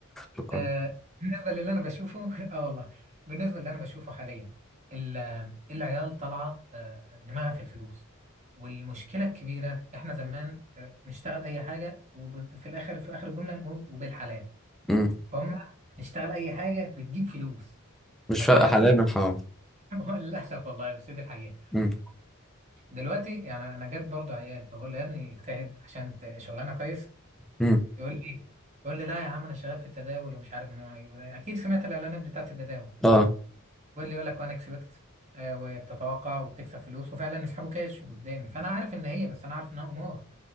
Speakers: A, in the centre; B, on the right.
A: شكرا
B: آه بالنسبة للي أنا بشوفه <laughs> آه والله بالنسبة للي أنا بشوفه حاليا ال- العيال طالعة آه، دماغها في الفلوس والمشكلة الكبيرة إحنا زمان آه، نشتغل أي حاجة وفي الآخر في آخر الجملة نقول وبالحلال
A: امم
B: هم نشتغل أي حاجة بتجيب فلوس
A: مش
B: فدلوقتي
A: فارقة حلال من حرام
B: <laughs> هو للأسف والله بس هي دي الحقيقة
A: امم
B: فدلوقتي يعني أنا جت برضو عيال فبقول له يا ابني اجتهد عشان ت- شغلانة كويس
A: امم
B: يقول لي يقول لي لا يا عم أنا شغال في التداول ومش عارف من وأنا- أكيد سمعت الإعلانات بتاعت التداول
A: اه
B: بيقول لي يقول لك وأنا اكسبكت آه، وبتتوقع وبتكسب فلوس وفعلا يسحبوا كاش قدامي فأنا عارف إن هي بس أنا عارف إنها قمار